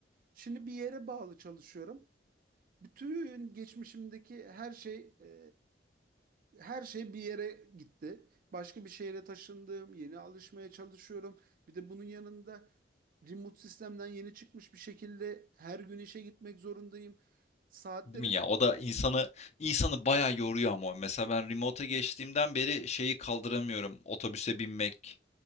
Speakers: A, on the right (about 50°); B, on the left (about 40°).
A: Şimdi bir yere bağlı çalışıyorum. Bütün geçmişimdeki her şey e, her şey bir yere gitti. Başka bir şehre taşındım, yeni alışmaya çalışıyorum. Bir de bunun yanında remote sistemden yeni çıkmış bir şekilde her gün işe gitmek zorundayım. Saatlerim
B: Değil mi ya? O da insanı insanı bayağı yoruyor ama. Mesela ben remote'a geçtiğimden beri şeyi kaldıramıyorum. Otobüse binmek.